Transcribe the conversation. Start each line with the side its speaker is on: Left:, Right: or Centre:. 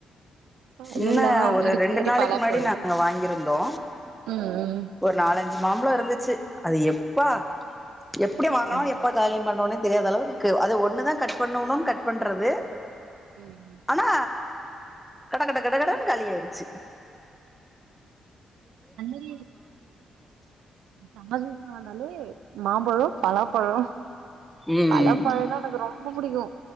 Right: அது
Centre: இன்ன
Right: இல்லாம
Centre: ஒரு
Right: இதுக்கு
Centre: ரெண்டு நாளைக்கு
Right: பலாப்பழம்
Centre: முன்னாடி நாங்க வாங்கியிருந்தோ
Right: ம் ம்
Centre: ஒரு நாலஞ்சு மாம்பழோ இருந்துச்சு அது எப்பா எப்டி வாங்கனோ
Right: அ
Centre: எப்ப காலி பண்ணோனே தெரியாத அளவுக்கு அது ஒன்னுதா கட் பண்ணோ உண்ணோனு கட் பண்றது
Right: ம் ம்.
Centre: ஆனா ஆ கடகடகடகடணு காலியாய்ருச்சு
Right: அந்திர செம்மா சூசின வந்தாலி <unintelligible> மாம்பழோ பலாப்பழோ
Centre: ம்
Right: பலப்பழந்தா எனக்கு ரொம்ப புடிக்கு